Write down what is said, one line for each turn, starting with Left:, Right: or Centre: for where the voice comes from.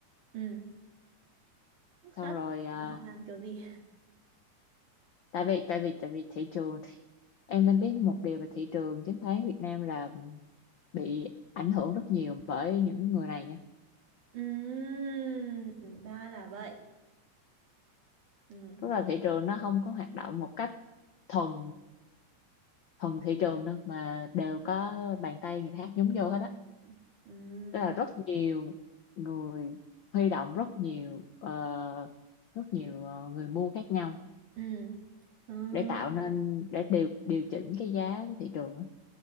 Right: Ừ. cũng khá
Left: xong rồi
Right: tầm
Left: à,
Right: là họ làm kiểu gì
Left: tại vì tại vì tại vì thị trường thì em nên biết một điều về thị trường chứng khoán Việt Nam là bị ảnh hưởng rất nhiều bởi những người này nha
Right: Ừm, ra là vậy. Ừm,
Left: tức là thị trường nó không có hoạt động một cách thuần thuần thị trường đâu mà đều có bàn tay người khác nhúng
Right: Ừ.
Left: vô hết á
Right: ừm,
Left: tức là rất nhiều người huy động rất nhiều ờ, rất nhiều ờ, người mua khác nhau
Right: ừm, ừm,
Left: để tạo nên để điều điều chỉnh cái giá của thị trường á